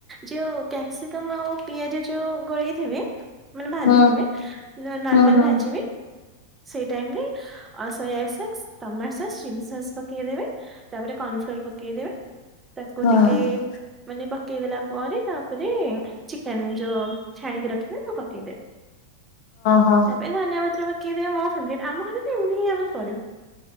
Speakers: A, on the right (about 15°); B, on the left (about 45°).
A: ଯୋଉ କ୍ୟାପସିକମ ଆଉ ପିଆଜ ଯୋଉ ଗୋଳେଇଥିବେ ମାନେ ଭାଜୁଥିବେ,
B: ହୁଁ ହୁଁ
A: ନର୍ମାଲ
B: ହୁଁ ହୁଁ
A: ଭାଜିବେ, ସେଇ ଟାଇମରେ ଆଉ ସୋୟା ସ ସକ୍ସ, ଟମାଟୋ ସସ୍, ଚିଲ୍ଲି ସସ୍ ପକେଇଦବେ, ତାପରେ କର୍ନଫ୍ଲୋର ପକେଇଦବେ ତାକୁ
B: ହଁ
A: ଟିକେ ମାନେ ପକେଇଦେଲା ପରେ ତାପରେ, ଚିକେନ ଯୋଉ ଛାଣିକି ରଖିଥିବେ ପୁଣି ପକେଇଦବେ।
B: ହଁ
A: ତା ପରେ ଧନିଆ ପତ୍ର ପକେଇ ଦେବେ, ମୋ ଫେବରାଇଟ୍। ଆମ ଘରେ ବି ଏମତି କାଇଁ ଆମେ କରିବୁ